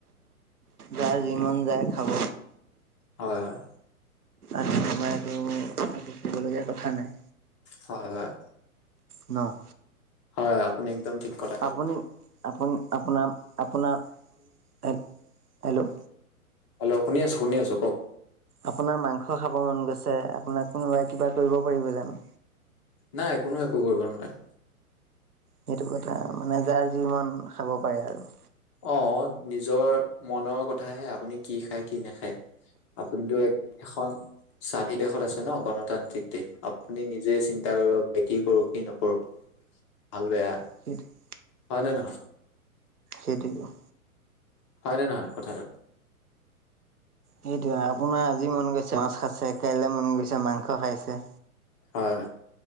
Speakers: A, on the right; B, on the left.
A: যাৰ যি মন যায় খাব।
B: হয় হয়।
A: আমি তোমাৰ এইটো <unintelligible> কবলগীয়া কথা নাই।
B: হয় হয়।
A: ন?
B: হয়, আপুনি একদম ঠিক কথা কৈছে
A: আপুনি আপুনি আপোনাৰ আপোনাৰ হে হেল্ল'!
B: হেল্ল'! শুনি আছো, শুনি আছো কওক।
A: আপোনাৰ মাংস খাব মন গৈছে আপোনাক কোনোবাই কিবা কৰিব পাৰিব জানো?
B: নাই কোনো একো কৰিব নোৱাৰে।
A: সেইটো কথা, মানে যাৰ যি মন খাব পাৰে আৰু।
B: অ', নিজৰ মনৰ কথাহে আপুনি কি খায়, কি নাখায়, আপুনিতো এখন স্বাধীন দেশত আছে ন, গণতান্ত্ৰিক দেশ, আপুনি নিজে চিন্তা কৰিব পাৰে কি কৰো, কি নকৰো ভাল বেয়া।
A: সেইটোৱে।
B: হয় নে নহয়?
A: সেইটোৱেইটো।
B: হয় নে নহয় কথাটো?
A: সেইটোয়ে, আপোনাৰ আজি মন গৈছে মাছ খাইছে, কাইলৈ মন গৈছে মাংস খাইছে।
B: হয়।